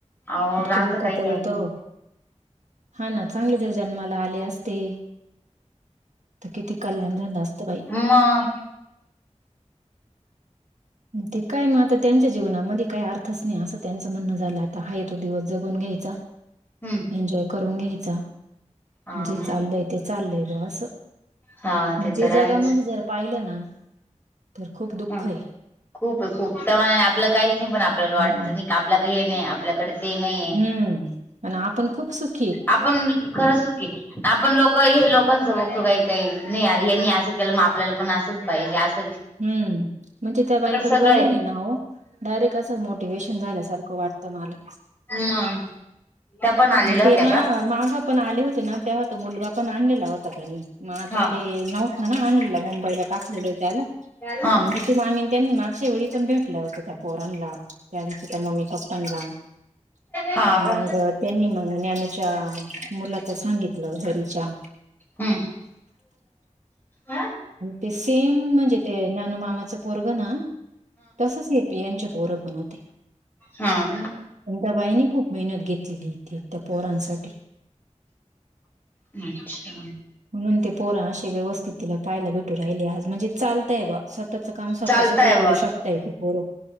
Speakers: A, on the left; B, on the right.
A: अहो
B: इतकं
A: राहत
B: लोकं
A: काही
B: पळत
A: काही नाही
B: हा ना चांगली तरी जन्माला आले असते, तर किती कल्याण झालं असत बाई.
A: म
B: ते काय मग आता त्यांच्या जीवनामध्ये काही अर्थच नाही, असं त्यांचं म्हणणं झालं आता आहे तो दिवस जगून घ्यायचा. <inaudible>
A: हम्म!
B: एन्जॉय करून घ्यायचा.
A: हा
B: जे
A: मग
B: चाललंय ते चाललय ग असं.
A: हा
B: म्हणजे
A: ते तर
B: जगा
A: आहेच
B: म जर पाहिलं ना, तर खूप दुःख
A: ह
B: आहे.
A: खूप खूप त्यामानाने आपलं काहीच नाही, पण आपल्याला वाटतं
B: हा
A: नाही आपल्या काही हे नाही आपल्याकडे ते नाहीये.
B: हम्म! म आपण खूप सुख
A: आपण खरं सुकी आपण लोक हे लोकांच बघतो काही काही नाही यारे यांनी असं केलं, मग आपल्याला पण असंच पाहिजे अस.
B: हम्म! म्हणजे त्या बाईकडे
A: सगळं
B: जगूने
A: आहे
B: ना हो डायरेक्ट असं मोटिवेशन झाल्यासारखं वाटत मला
A: मग त्या पण आलेल्या
B: मग
A: होत्या‌.
B: ते ना माघ पण आले होते ना, तेव्हा तर मुलगा पण आणलेला होता त्यानी मग आता
A: हा
B: ते नव्ह ह ना आणलेलं मुंबईला टाकलेलं आहे त्याला
A: हा
B: म्हणजे ते मामी त्यांनी मागच्या वेळी पण भेटल्या होत, त्या पोरणला त्या त्या मम्मी पप्पा पन्ना
A: हा का
B: मग त्यांनी मग ज्ञानूच्या मुलाच सांगितलं घरीच्या
A: हम्म! हा
B: ते सेम म्हणजे ते ज्ञानू मामाचं पोरग ना, तसंच हे ह्यांचे पोर. कोण ते?
A: हा.
B: त्यां त्या बाईनी खूप मेहनत घेतलेली इथे त्या पोरांसाठी.
A: अच्छा
B: म्हणून ते पोरा असे व्यवस्थित तिला पाहायला भेटू राहिले. राहिले आज म्हणजे चालतय बा स्वतःच काम स्वतः
A: चालतय
B: सगळं करू शकता ते पोर.